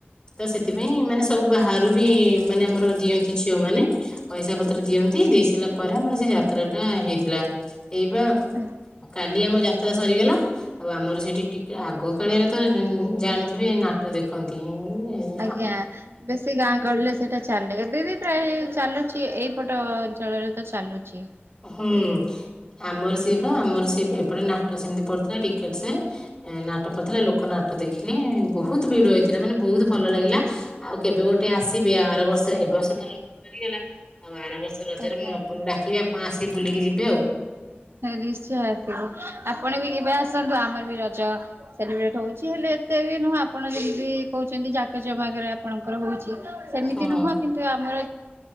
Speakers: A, on the left (about 20°); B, on the right (about 75°).
A: ତ ସେଥିପାଇଁ ମାନେ ସବୁ ବାହାରୁ ବି ମାନେ ଆମର ଦିଅନ୍ତି ଝିଅ ମାନେ ପଇସା ପତ୍ର ଦିଅନ୍ତି ଦେଇ ସାରିଲା ପରେ ଆମର ସେ ଯାତ୍ରା ଟା ହେଇଥିଲା ଏଇବା
B: ଆଜ୍ଞା
A: ଆଉ କାଲି ଆମ ଯାତ୍ରା ସରିଗଲା ଆଉ ଆମର ସେଇଠି ଟିକେ ଆଗ କାଳରେ ତ ଜାଣିଥିବେ ନାଟ ଦେଖନ୍ତିୁ ନ
B: ଆଜ୍ଞା ବେଶୀ ଗାଁ ଗହିଲେ ସେଇଟା ଚାଲେ ଦିଦି ପ୍ରାୟ ଚାଲୁଛି ଏଇ ପଟ ଅଞ୍ଚଳରେ ତ ଚାଲୁଛି
A: ହୁଁ
B: ଏଇ
A: ଆମର ସେଟ ଆମର ସେ ଏପଟେ ନାଟକ ସେମିତି ପଡିଥିଲା ଟିକେ ନାଟକ ପଢଥିଲା ଲୋକ ନାଟ ଟ ଦେଖିଲେ ବହୁତ ଭିଡ ହେଇଥିଲା ମାନେ ବହୁତ ଭଲ ଲାଗିଲା ଆଉ କେବେ ଗୋଟେ ଗଟେ ଆସିବେ ଆର ବର୍ଷ ଏ ବର୍ଷ ତ ରଜ ସରିଗଲା ଆଉ ଆର ବର୍ଷ ରଜରେ
B: ଆଜ୍ଞା
A: ମୁଁ
B: ଆଜ୍ଞା।
A: ଆପଣଙ୍କୁ ଡାକିବି କଣ ଆସିକି ବୁଲିକି ଯିବେ ଆଉ
B: ନିଶ୍ଚୟ ଆସିବୁ, ଆପଣ ବି କେବେ ଆସନ୍ତୁ ଆମର ବି ରଜ ସେଲିବ୍ରେଟ୍ ହଉଚି, ହେଲେ ଏତେ ବି ନୁହଁ ଆପଣ ଯେମ୍ତି କହୁଛନ୍ତି ଜାକ ଜମାକରେ ଆପଣଙ୍କର ହଉଛି। ସେମିତି
A: ହଁ।
B: ନୁହଁ କିନ୍ତୁ ଆମର